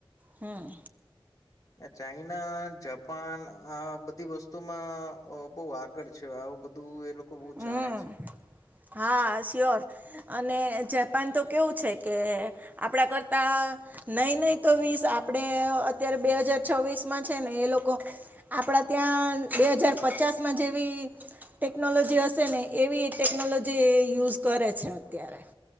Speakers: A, on the right (about 20°); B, on the left (about 35°).
A: હમ.
B: ચાઈના જાપાન આ બધી વસ્તુમાં બહુ આગળ છે. બધું એ બહુ
A: હમ
B: જાણે છે
A: હા સ્યોર અને જાપાન તો કેવું છે કે આપડા કરતા નહી નહી તો વીસ આપણે અત્યારે બે હજાર જ છવીસ માં છે ને એ લોકો આપડા ત્યાં બે હજાર પચાસ માં જેવી ટેકનોલોજી હશે ને એવી ટેકનોલોજી યુઝ કરે છે અત્યારે.